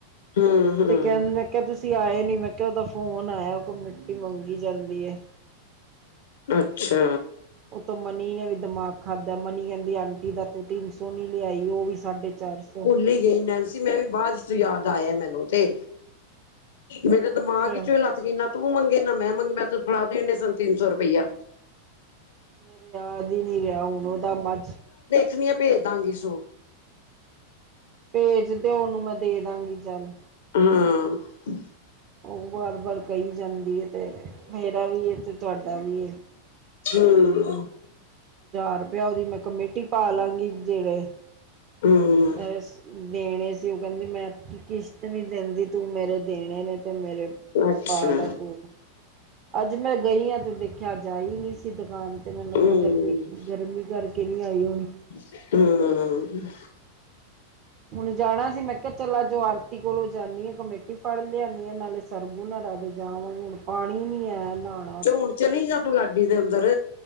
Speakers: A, on the left; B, on the right.
A: ਹੂੰ, ਹੂੰ।
B: ਤੇ ਕਹਿੰਦੇ ਕਹਿੰਦੇ ਤੁਸੀਂ ਆਏ ਨਹੀਂ ਮੈਂ ਕਿਹਾ ਉਹਦਾ ਫੋਨ ਆਇਆ ਉਹ ਕਮੇਟੀ ਮੰਗੀ ਜਾਂਦੀ ਹੈ।
A: ਅੱਛਾ।
B: ਉੱਤੋਂ ਮਨੀ ਨੇ ਵੀ ਦਿਮਾਗ ਖਾਧਾ ਮਨੀ ਕਹਿੰਦੀ ਆਂਟੀ ਦਾ ਤੂੰ ਤਿੰਨ ਸੌ ਨੀ ਲਿਆਈ ਉਹ ਵੀ ਸਾਢੇ ਚਾਰ ਸੌ
A: ਨਹੀਂ ਗਈ ਸੀ ਨਾਲ ਸੀ ਮੈਂ ਵੀ। ਬਾਅਦ 'ਚ ਯਾਦ ਆਇਆ ਮੈਨੂੰ ਤੇ ਮੇਰੇ ਦਿਮਾਗ
B: ਅੱਛਾ
A: ਚੋਂ ਲਤ ਤਕਰੀਨਾ ਤੂੰ ਮੰਗੇ ਨਾ ਮੈਂ ਮੰਗੇ ਮੈਂ ਤਾਂ ਫੜਾ ਤੇ ਸਾਢੇ ਤਿੰਨ ਸੌ ਰੁਪਇਆ।
B: ਮੇਰੇ ਯਾਦ ਹੀ ਨੀ ਰਿਹਾ ਹੁਣ ਉਹਦਾ ਬਾਅਦ 'ਚ
A: ਕਹਿੰਦੀਆਂ ਭੇਜ ਦਾਂਗੇ ਸੌ।
B: ਭੇਜ ਦਿਓ ਉਹਨੂੰ ਮੈਂ ਦੇ ਦਾਂਗੀ ਚੱਲ।
A: ਹੂੰ।
B: ਉਹ ਵਾਰ ਵਾਰ ਕਹੀ ਜਾਂਦੀ ਹੈ ਤੇ ਮੇਰਾ ਵੀ ਹੈ ਤੇ ਤੁਹਾਡਾ ਵੀ ਹੈ।
A: ਹੂੰ।
B: ਹਜ਼ਾਰ ਰੁਪਇਆ ਉਹਦੀ ਮੈਂ ਕਮੇਟੀ ਪਾ ਲਾਂਗੀ ਜਿਹੜੇ
A: ਹੂੰ।
B: ਮੈਂ ਦੇਣੇ ਸੀ ਉਹ ਕਹਿੰਦੀ ਮੈਂ ਕੀ ਕਿਸ਼ਤ ਨਹੀਂ ਦਿੰਦੀ ਤੂੰ ਮੇਰੇ ਦੇਣੇ ਨੇ। ਤੇ ਮੇਰੇ
A: ਅੱਛਾ
B: ਪਾਲਾ ਤੂੰ। ਅੱਜ ਮੈਂ ਗਈ ਹਾਂ ਤੇ ਦੇਖਿਆਂ ਜਾਈ ਨਹੀਂ ਸੀ ਦੁਕਾਨ। ਤੇ ਮੈਨੂੰ
A: ਹੂੰ
B: ਲੱਗਦਾ ਗਰਮੀ ਗਰਮੀ ਕਰਕੇ ਨਹੀਂ ਆਈ ਹੋਣੀ।
A: ਹੂੰ।
B: ਹੁਣ ਜਾਣਾ ਸੀ, ਮੈਂ ਕਿਹਾ ਚੱਲ ਅੱਜੋ ਆਰਤੀ ਕੋਲੋਂ ਜਾਂਦੀ ਆ ਕਮੇਟੀ ਫੜ ਲਿਆਦੀ ਆ ਨਾਲੇ ਸਰਗੁਨ ਹੋਰਾ ਦੇ ਜਾਵਾਂਗੀ ਹੁਣ ਪਾਣੀ ਨਹੀਂ ਆਇਆ ਨਹਾਉਣ
A: ਚ ਹੁਣ ਚਲੀ ਜਾ ਤੂੰ ਲਾਡੀ ਦੇ ਅੰਦਰ